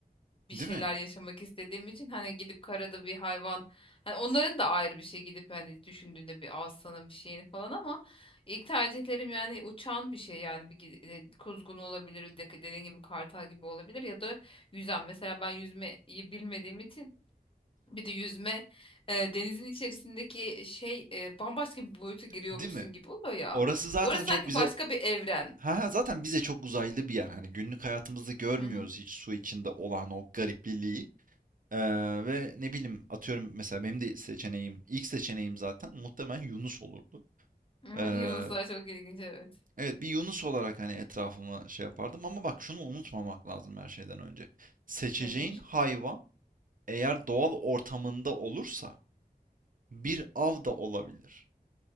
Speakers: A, on the left (about 35°); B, on the right (about 60°).
A: bir
B: değil
A: şeyler
B: mi?
A: yaşamak istediğim için hani gidip karada bir hayvan hani onların da ayrı bir şey gidip hani düşündüğünde bir aslanın bir şeyini falan ama ilk tercihlerim yani uçan bir şey yani bir gi- e, kuzgun olabilir de- dediğin gibi kartal gibi olabilir ya da yüzen mesela ben yüzmeyi bilmediğim için bir de yüzme e, denizin içerisindeki şey e, bambaşka bir boyuta giriyormuşsun
B: Değil mi?
A: gibi oluyor ya.
B: Orası zaten
A: Orası
B: çok
A: sanki
B: bize
A: başka bir evren.
B: Ha, ha, zaten bize çok uzaylı bir yer. Hani günlük hayatımızda görmüyoruz
A: Hı hı.
B: hiç su içinde olan o garipliliği. Ee, ve ne bileyim atıyorum mesela benim de seçeneğim, ilk seçeneğim zaten muhtemelen Yunus olurdu.
A: <laughs> Hı,
B: Ee,
A: Yunuslar çok ilginç evet.
B: evet bir Yunus olarak hani etrafıma şey yapardım ama bak şunu unutmamak lazım her şeyden önce. Seçeceğin
A: Nedir?
B: hayvan eğer doğal ortamında olursa bir av da olabilir.